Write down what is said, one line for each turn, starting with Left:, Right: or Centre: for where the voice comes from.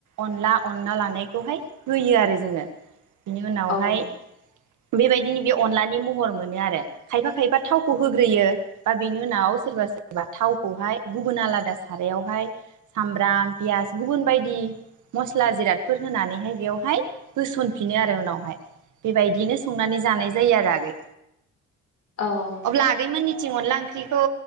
Right: अनला अनला लानायखौहाय होयो आरो जो जोङो बेनि उनावहाय
Left: औ औ
Right: बेबायदिनो बे अनलानि महर मोनो आरो खायफा खायफा थावखौ होग्रोयो बा बेनि उनाव सोरबा सोरबा थाव खौ हाय गुबुन आलादा सारायावहाय सामब्राम फियास गुबुन बायदि मस्ला जिरादफोर होनानैहाय बेवहाय बोसन होसन होफिनो आरो उनावहाय बेबायदिनो संनानै जानाय जायो आरो आगै
Left: औ
Right: अब्ला आगै मोन थिं अनला ओंख्रिखौ